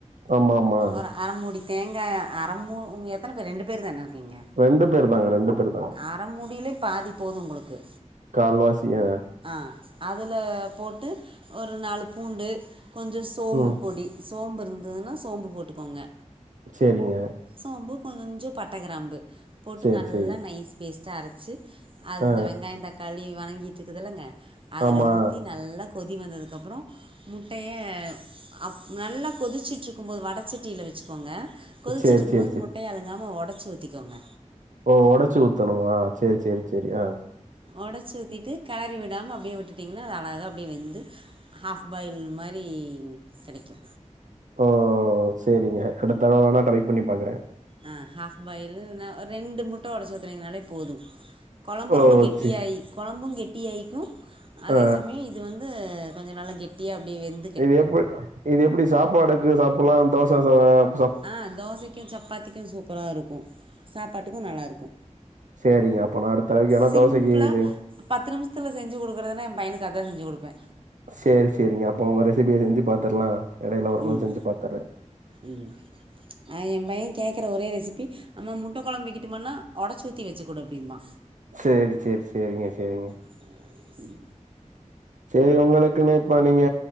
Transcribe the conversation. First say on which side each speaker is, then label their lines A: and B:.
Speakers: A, on the right; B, on the right.
A: ஆமா ஆமா
B: ஒரு அர முடி தேங்கா அர மு எத்தன பேர் ரெண்டு பேர் தான இருக்கீங்க
A: ரெண்டு பேர் தாங்க பேர் தாங்க.
B: அர முடியிலே பாதி போது உங்குளுக்கு
A: கால்வாசியா
B: ஆ அதுல போட்டு ஒரு நாலு பூண்டு கொஞ்சோ சோம்பு
A: ம்
B: பொடி சோம்பு இருந்துன்னா சோம்பு போட்டுக்கோங்க
A: செரிங்க
B: சோம்பு கொஞ்சோ பட்டக்கிராம்பு போட்டு
A: சரி,
B: நல்லா
A: சரி.
B: நைஸ் பேஸ்ட்டா அரச்சு அந்த
A: ஆ
B: வெங்காய தக்காளி வணங்கிட்ருக்குது இல்லங்க அதுல
A: ஆமா.
B: ஊத்தி நல்லா கொதி வந்ததுக்கப்பறோ முட்டய அப் நல்லா கொதிச்சுட்ருக்கும் போது வடச்சட்டில வெச்சுக்கோங்க கொதிச்சிட்ருக்கும்
A: சரி, சரி,
B: போது
A: சரி.
B: முட்டய அலுங்காம ஒடச்சி ஊத்திக்கோங்க
A: ஓ ஒடச்சு ஊத்தனுமா சேர் சேர் சேரி ஆ
B: ஒடச்சி ஊத்திட்டு கெளறி விடாம அப்டியே விட்டுட்டிங்கன்னா அது அழகா அப்டியே வெந்து ஹாஃப் பாயில் மாரி கெடைக்கு
A: ஓ செரிங்க அடுத்தடவ வோணா ட்ரை பண்ணி பாக்குறே
B: ஆ ஹாஃப் பாயிலு ந ரெண்டு முட்ட ஒடச்சு ஊத்துனீங்கனாலே போது கொழம்பு
A: ஓ
B: ரொம்ப கெட்டியாயி
A: சி
B: கொழம்பு கெட்டியாய்க்கு அதே
A: ஆ
B: சமய் இ து வந்து கொஞ்சோ நல்லா கெட்டியா அப்டி வெந்
A: இது எப்போ இது எப்படி சாப்பாடுக்கு சாப்புல்லா தோச சா அ
B: ஆ தோசைக்கு சப்பாத்திக்கு சூப்பரா இருக்கோ சாப்பாட்டுக்கு நல்லாருக்கு
A: செரிங்க அப்ப நா அடுத் தடவைக்கு வேணா
B: சிம்பிளாக
A: தோசைக்கு சே
B: பத்து நிமிஷ்த்துல செஞ்சு குடுகுறுதுனா எ பையனுக்கு அதா செஞ்சு குடுப்பே
A: சேரி சேரிங்க அப்ப உங்க ரெசிபிய செஞ்சு பாத்துர்லா எடையில ஒரு நாள்
B: ம்
A: செஞ்சு பாத்துற்றே
B: ம் அ எ பைய கேக்கற ஒரே ரெசிபி அம்மா முட்ட கொழம்பு வெக்கிட்டுமானா ஒடச்சூத்தி வெச்சுக்குடு அப்டின்பா
A: சேரி சேர் செரிங்க செரிங்க
B: <unintelligible> உம்
A: சேரி உங்களுக்கு நே இப்ப நீங்க